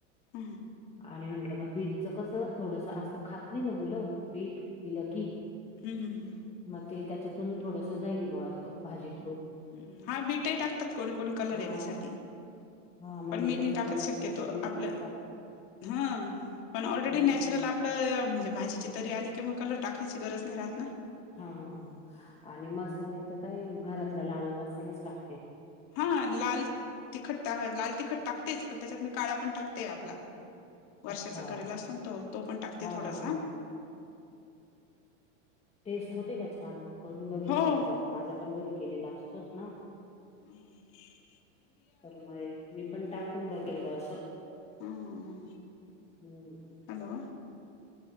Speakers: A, on the left (about 50°); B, on the left (about 15°).
A: हम्मं
B: आणि म्हंटलं मंग बीटचं कसं थोडंसं असं खातं नाहीं नां मुलं बीटं दिलं की
A: हम्मं हमं हम्मं
B: मंग ते त्यांच्यातून थोडंसं जाईल बां असं भाजी थ्रू
A: हम्मं हां बिटंही टाकतांत कोणी कोणी कलर
B: हा
A: येण्यांसाठी
B: हा मग
A: पणं मी नाहीं
B: तसं
A: टाकतं
B: कलर
A: शक्यतो
B: साठी बीटच
A: आपलं
B: टाकते.
A: हं पणं ऑलरेडी
B: हम्म
A: नॅचरल आं आपलं म्हणजे भाजीची तरी आली कि मंग कलर टाकांयची गरजं नाहीं राहतं
B: हां आणि मसाले तरं कायं घरांतला लांल मसालांच टाकते
A: हां लांल तिखंट टाकतेचं लांल तिखंट टाकतेच पणं त्यांच्यात मी कांळा पणं टाकतेय आपलां वर्षाचा
B: अच्छा
A: करेलां असतो तो तो पणं टाकते
B: हा
A: थोडांसां
B: हा हा टेस्टं होते कां छान मंग करूंन बघित
A: हो
B: म्हणजे आंता माझ्यां पणं घरी केलेला असतोच नां
A: हो
B: तरं मां मी पणं टाकूंन बघेल बां असं
A: ह
B: हम्मं
A: हॅलो